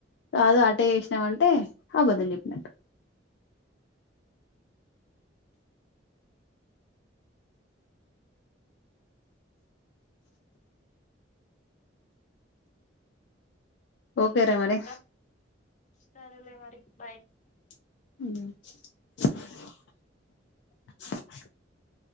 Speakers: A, on the left; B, on the left.
A: కాదు అట్టే చేసినావంటే <unintelligible> ఓకే రా మరి
B: ఇంకా సరేలే మరి బాయ్
A: అవు